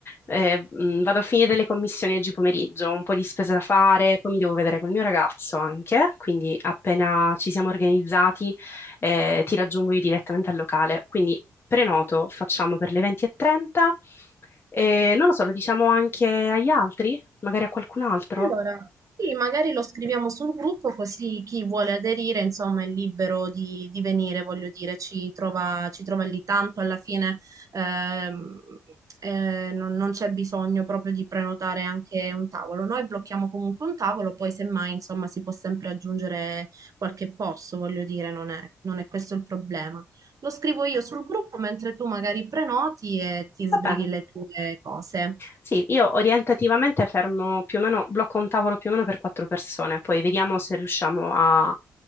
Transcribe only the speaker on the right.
Allora, sì, magari lo scriviamo sul gruppo così chi vuole aderire, insomma, è libero di, di venire, voglio dire, ci trova, ci trova lì tanto, alla fine ehm, eh, non, non c'è bisogno proprio di prenotare anche un tavolo. Noi blocchiamo comunque un tavolo, poi semmai, insomma, si può sempre aggiungere qualche posto, voglio dire, non è, non è questo il problema. Lo scrivo io sul gruppo mentre tu magari prenoti e ti sbrighi
le tue cose.